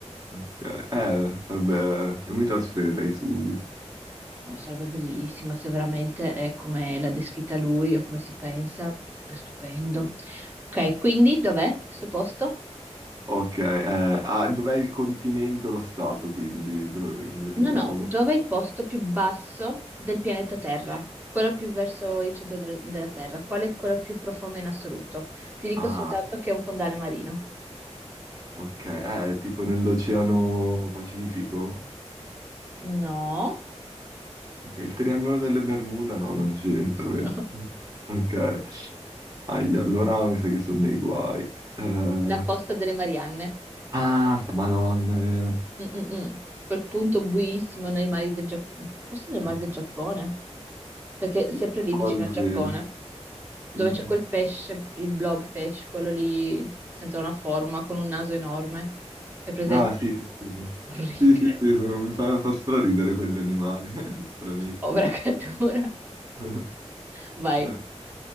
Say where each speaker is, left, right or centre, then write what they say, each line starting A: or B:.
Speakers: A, on the right; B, on the right.
A: Ok, Eh, sarebbe... Io mi trasferirei subito.
B: Ma sarebbe bellissima se veramente è come l'ha descritta lui o come si pensa, sarebbe stupendo. Ok, quindi dov'è questo posto?
A: Ok, eh, ah, dov'è il continente o lo stato, quindi? Dove, dove
B: No,
A: si trova?
B: no, dov'è il posto più basso del pianeta Terra? Quello più verso il centro del- della Terra. Qual è quello più profondo in assoluto? Ti dico
A: Ah,
B: soltanto che è un fondale marino.
A: ok, eh, tipo nell'Oceano Pacifico.
B: No,
A: Ok, Il triangolo delle Bermuda no, non c'entra, vero?
B: <laughs> no,
A: Ok, Ahi, allora mi sa che sono nei guai. Eh,
B: la fossa delle Marianne.
A: Ah, Madonna, è vero.
B: Mm, mm, mm. Quel punto buissimo nei mari del Giappone, forse nei mari
A: Eh,
B: del Giappone, perché è
A: Sì.
B: sempre lì
A: Ricordo
B: vicino al Giappone,
A: bene.
B: dove
A: Mhm.
B: c'è quel pesce, il blobfish, quello lì senza una forma, con un naso enorme. È presente?
A: Ah, sì, sì, sì.
B: Orribile.
A: Sì, sì, sì, sì, sono- mi fa, fa straridere quegli animali. <laughs> Stranissimi.
B: Povera creatura.
A: <laughs>
B: Vai.
A: Eh,